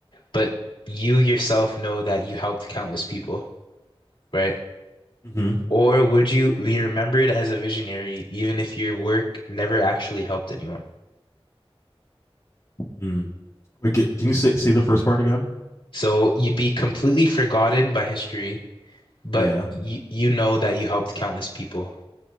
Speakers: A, on the left (about 60°); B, on the left (about 30°).
A: but you yourself know that you helped countless people? right?
B: Mm-hmm.
A: Or would you be remembered as a visionary even if your work never actually helped anyone?
B: Mm. Wait, ca- can you say, say the first part again?
A: So you'd be completely forgotten by history, but
B: Yeah.
A: you you know that you helped countless people.